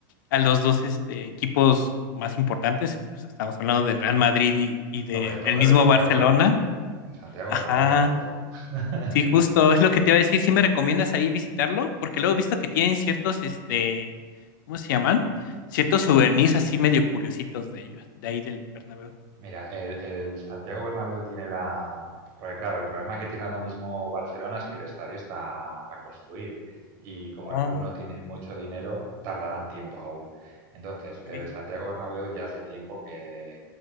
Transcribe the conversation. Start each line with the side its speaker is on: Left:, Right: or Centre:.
Left: a los dos, este, equipos más importantes. O sea, estamos hablando de Real Madrid y, y de
Right: Sobre todo
Left: el mismo
Right: el Santiago
Left: Barcelona.
Right: Bernabéu. El Santiago
Left: Ajá.
Right: Bernabéu ante todo. <laughs>
Left: Sí, justo, es lo que te iba a decir. ¿Sí me recomiendas ahí visitarlo? Porque luego he visto que tienen ciertos, este, ¿cómo se llaman? Ciertos souvenirs así medio curiositos de ellos, de ahí del Bernabéu.
Right: Mira, el, el Santiago Bernabéu tiene la... Porque claro, el problema que tiene ahora mismo Barcelona es que el estadio está a construir y como
Left: Oh,
Right: el club no tiene mucho dinero, tardarán tiempo aún. Entonces,
Left: ok.
Right: el Santiago Bernabéu ya hace tiempo que...